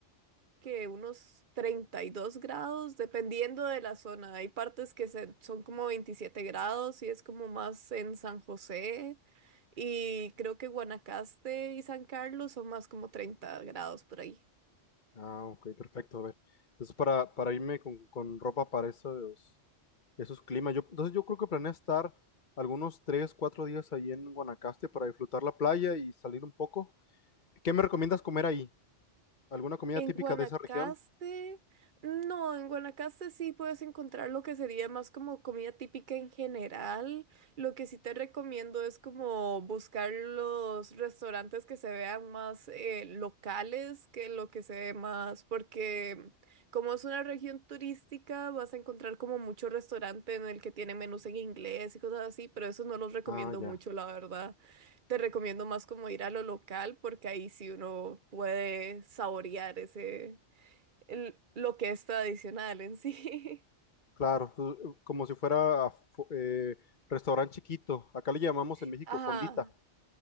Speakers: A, on the right; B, on the left.
A: que unos 32 grados, dependiendo de la zona. Hay partes que se- son como 27 grados y es como más en San José. Y creo que Guanacaste y San Carlos son más como 30 grados por ahí.
B: Ah, ok, perfecto, a ver. Entonces, para, para irme con, con ropa para esos, Eso es clima. Yo, entonces yo creo que planeo estar algunos 3 4 días ahí en Guanacaste para disfrutar la playa y salir un poco. ¿Qué me recomiendas comer ahí? ¿Alguna comida
A: En
B: típica
A: Guanacaste,
B: de esa región?
A: no, en Guanacaste sí puedes encontrar lo que sería más como comida típica en general. Lo que sí te recomiendo es como buscar los restaurantes que se vean más eh, locales que lo que se ve más, porque como es una región turística, vas a encontrar como mucho restaurante en el que tiene menús en inglés y cosas así, pero eso no los recomiendo
B: Ah, ya.
A: mucho, la verdad. Te recomiendo más como ir a lo local porque ahí sí uno puede saborear ese, el- lo que es tradicional en sí.
B: Claro, tú- como si fuera fu- eh, restaurante chiquito. Acá le llamamos
A: <laughs>
B: en México
A: Ajá,
B: fondita.